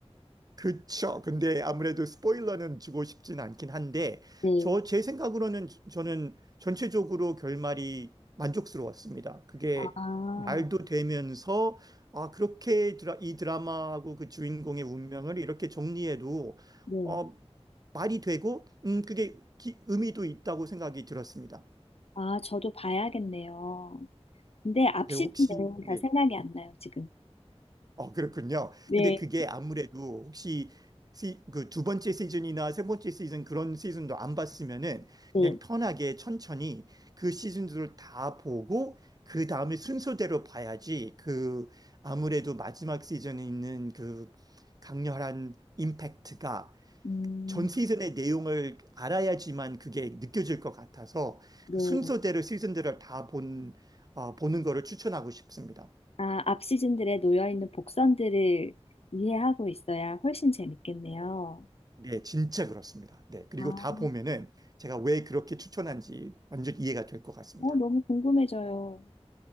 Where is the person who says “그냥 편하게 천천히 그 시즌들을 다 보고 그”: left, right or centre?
Right